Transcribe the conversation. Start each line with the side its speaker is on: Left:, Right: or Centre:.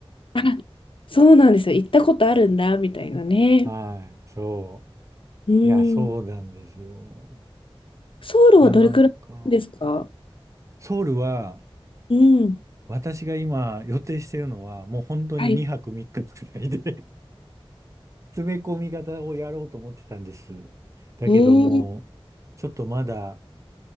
Left: あ、そうなんですよ。行ったことあるんだ、みたいなね。
Right: はい。そう。
Left: うん。
Right: いや、そうなんですよ。
Left: ソウルはどれくらいですか
Right: いや、なんか、ソウルは、
Left: うん。
Right: 私が今予定してるのは、もう本当に2泊3日くらいで
Left: はい。
Right: <laughs> 詰め込み型をやろうと思ってたんです。だけども、
Left: ええ
Right: ちょっとまだ